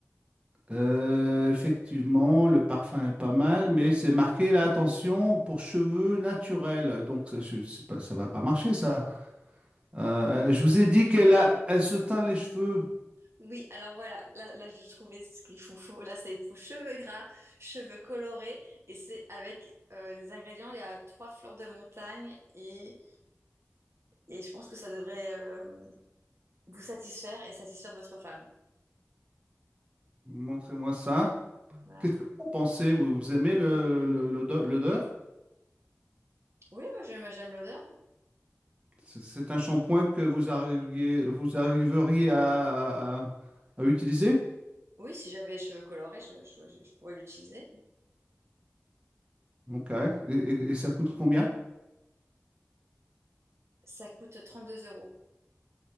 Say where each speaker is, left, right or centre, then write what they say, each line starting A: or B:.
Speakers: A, on the right; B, on the right.
A: Euh, effectivement, le parfum est pas mal, mais c'est marqué là, attention, pour cheveux naturels. Donc, ça, je sais pas, ça va pas marcher, ça. Euh, je vous ai dit qu'elle a, elle se teint les cheveux.
B: Oui, alors voilà, là, là j'ai trouvé ce qu'il faut. faut- Là, c'est pour cheveux gras, cheveux colorés. Et c'est avec euh, les ingrédients, il y a trois fleurs de montagne. Et, et je pense que ça devrait euh, vous satisfaire et satisfaire votre femme.
A: Montrez-moi ça.
B: Voilà.
A: Qu'est-ce que vous en pensez? Vous, vous aimez le, le- l'odeur? l'odeur
B: Oui, moi j'aime j'aime l'odeur.
A: C'est c'est un shampoing que vous arriviez, vous arriveriez à, à- à utiliser?
B: Oui, si j'avais les cheveux colorés, je, je je pourrais l'utiliser.
A: Ok. Et, et- et ça coûte combien?
B: Ça coûte 32 euros.